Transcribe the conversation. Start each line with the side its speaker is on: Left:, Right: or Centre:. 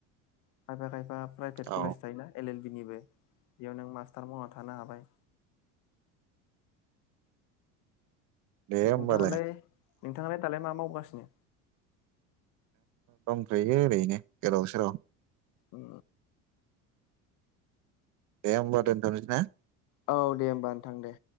Left: खायफा खायफा प्राइभेट
Right: औ
Left: कलेज थायो ना एल एल बिनिबो बेयाव नों मास मासथार मावना थानो हाबाय
Right: दे होमबालाय
Left: नोंथाङालाय नोंथाङालाय दालाय मा मावो बासनो
Right: दंथयो ओरैनो गोदाव सोराव
Left: ओ
Right: दे होनबा दोनथदो ना
Left: औ दे होमबा नोंथां दे